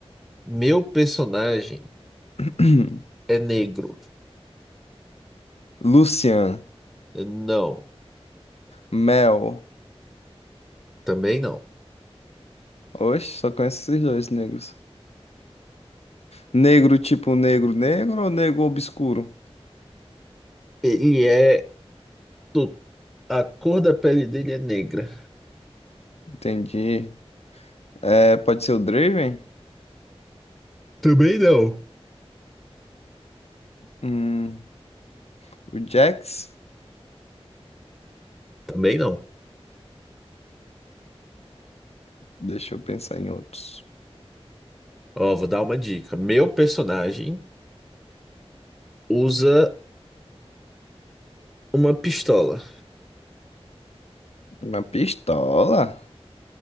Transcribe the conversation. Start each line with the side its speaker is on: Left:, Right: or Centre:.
Centre: Meu personagem
Left: <clears throat>
Centre: é negro?
Left: Lucian,
Centre: Não,
Left: Mel.
Centre: também não.
Left: Oxe, só conheço esses dois negros. Negro tipo negro negro ou negro obscuro?
Centre: Ele é do... A cor da pele dele é negra?
Left: Entendi. É, pode ser o Draven?
Centre: Também não.
Left: Hum, o Jax?
Centre: Também não.
Left: Deixa eu pensar em outros.
Centre: Ó, vou dar uma dica. Meu personagem usa uma pistola.
Left: Uma pistola?